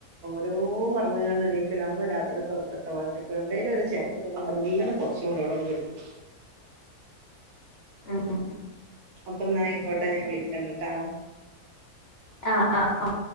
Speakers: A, on the right; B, on the left.
A: ഓരോ പറ്ഞ്ഞ് കാണ്ട് എണീ ക്കല് നമ്മള രാത്രി കത്തെ ഒർക്കൊക്കെ ബാക്കി അപ്പ എവിടെ ലും ഒര് ചാൻസ് കിട്ടിയാ ഞാ മെല്ല നെ പൊതച്ച് മൂടി അവടെ ണ്ട് കെടക്കും
B: ആഹ്ആഹ്
A: അപ്പ ന്നായിക്കോട്ടെ ഞാൻ വിളിക്കണ്ട് ട്ടാ
B: ആഹ് ആഹ്